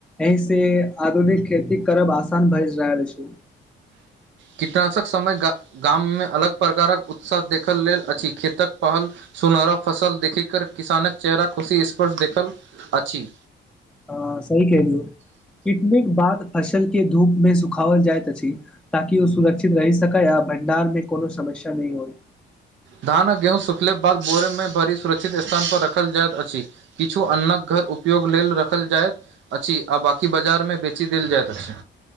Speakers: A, in the centre; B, on the right.
A: एहि से आधुनिक खेती करब आसान भए रहल अछि। <inaudible>
B: कीटनाशक समय गा गाममे अलग प्रकारक उत्साह देखल लेल अछि खेतक पहल सुनहरा फसल देखि कर किसानक चेहरा खुशी स्पर्श देखल अछि।
A: अ सही कहलियौ कितनिक बाद फसल के धूप मे सुखाओल जाइत अछि ताकि ओ सुरक्षित रहि सकै आ भंडार मे कोनो समस्या नहि होइ
B: धान आ गेहूँ स सुखलाक बाद बोरमे भरी सुरक्षित स्थान पर रखल जाइत अछि किछु अन्नक घर उपयोग लेल रखल जाय अच्छी आ बाकी बाजार मे बेची देल जायत अछि